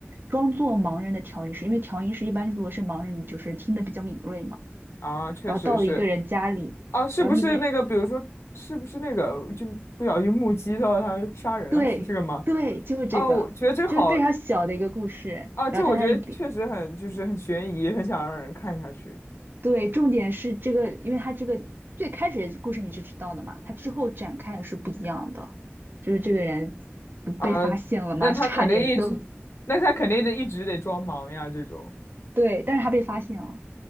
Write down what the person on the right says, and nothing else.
装作盲人的调音师，因为调音师一般如果是盲人，你就是听得比较敏锐嘛。
然后到了一个人家里，
然后那个
对对，
就是这个，
就是非常小的一个故事。
然后，但他那个
对，重点是这个，因为他这个最开始的故事你是知道的嘛，他之后展开的是不一样的。就是这个人不被发现了嘛，
就差点都
对，但是他被发现了，